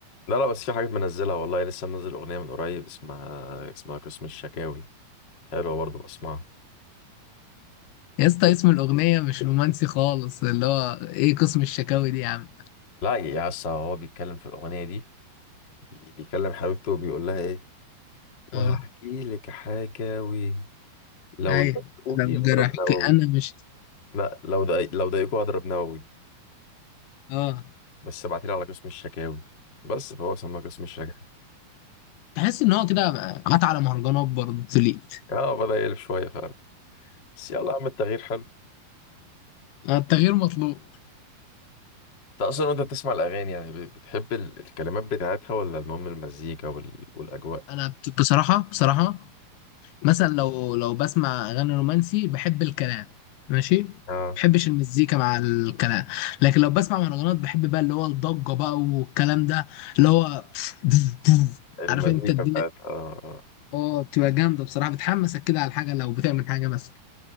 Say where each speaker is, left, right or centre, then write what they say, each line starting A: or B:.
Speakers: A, on the left; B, on the left.
A: لا لا بس في حاجات منزلها والله لسه منزل أغنية من قريب اسمها اسمها قسم الشكاوي حلوة برضه بسمعها
B: يا اسطى اسم الاغنيه مش رومانسي خالص اللي هو ايه قسم الشكاوي دي يا عم
A: لا يا اسطى هو بيتكلم في الأغنية دي بي- بيكلم حبيبته وبيقول لها إيه وهحكي
B: اه
A: لك حكاوي لو
B: ايوه
A: ضايقوكي
B: لو
A: هضرب
B: جرحك
A: نووي
B: انا مش
A: لا لو ضايق لو ضايقوكوا هضرب نووي
B: اه
A: بس ابعتيلي على قسم الشكاوي بس فهو سماه قسم الشكاوي
B: تحس ان هو كده قطع على مهرجانات برضه توليت
A: اه بدأ يقلب شوية فعلا بس يلا يا عم التغيير حلو
B: آه، التغيير مطلوب
A: انت اصلا وانت بتسمع الاغاني يعني ب- بتحب ال- الكلمات بتاعتها ولا المهم المزيكا وال- والاجواء
B: انا بت- بصراحه بصراحه مثلا لو لو بسمع اغاني رومانسي بحب الكلام ماشي
A: اه
B: بحبش المزيكا مع الكلام لكن لو بسمع مهرجانات بحب بقى اللي هو الضجه بقى والكلام ده اللي هو <sniffs> <laughs>
A: المزيكا
B: عارف انت الدنيا
A: بتاعت اه
B: اه بتبقى جامده بصراحه بتحمسك كده على الحاجه لو بتعمل حاجه مثلا